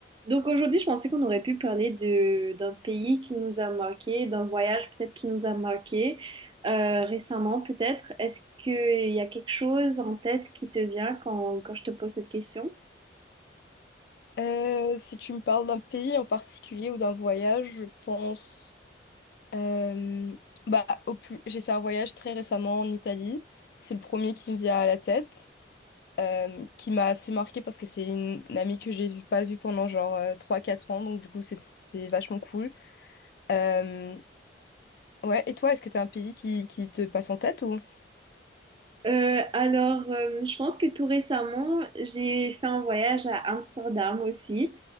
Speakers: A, on the right (about 25°); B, on the left (about 60°).
A: Donc aujourd'hui, je pensais qu'on aurait pu parler de, d'un pays qui nous a marqué, d'un voyage peut-être qui nous a marqué euh, récemment peut-être. Est-ce qu'il y a quelque chose en tête qui te vient quand, quand je te pose cette question?
B: Euh, si tu me parles d'un pays en particulier ou d'un voyage, je pense euh, bah, au plus... J'ai fait un voyage très récemment en Italie. C'est le premier qui me vient à la tête, euh, qui m'a assez marqué parce que c'est une, une amie que j'ai vu, pas vue pendant genre euh, 3-4 ans, donc du coup c'était vachement cool. Euh, ouais, et toi, est-ce que tu as un pays qui, qui te passe en tête ou...
A: Euh, alors, euh, je pense que tout récemment, j'ai fait un voyage à Amsterdam aussi.